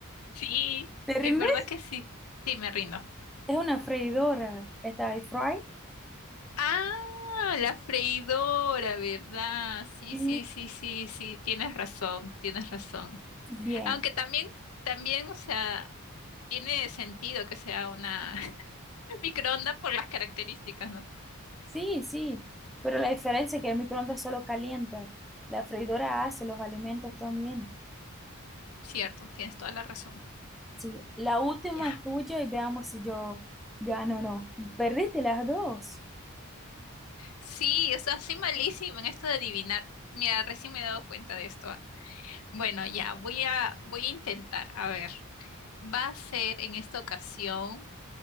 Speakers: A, on the left; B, in the centre.
A: Sí,
B: ¿Te rindes?
A: en verdad que sí. Sí, me rindo.
B: Es una freidora. ¿Está ahí fry?
A: Ah, la freidora, ¿verdad? Sí,
B: Sí.
A: sí, sí, sí, sí, tienes razón, tienes razón.
B: Bien.
A: Aunque también, también, o sea, tiene sentido que sea una <laughs> microonda por las características, ¿no?
B: Sí, sí, pero la diferencia es que el microondas solo calienta, la freidora hace los alimentos también.
A: Cierto, tienes toda la razón.
B: Sí, la última
A: Ya.
B: es tuya y veamos si yo gano o no. Perdiste las dos.
A: Sí, o sea, soy malísima en esto de adivinar. Mira, recién me he dado cuenta de esto. Bueno, ya, voy a, voy a intentar. A ver, va a ser en esta ocasión.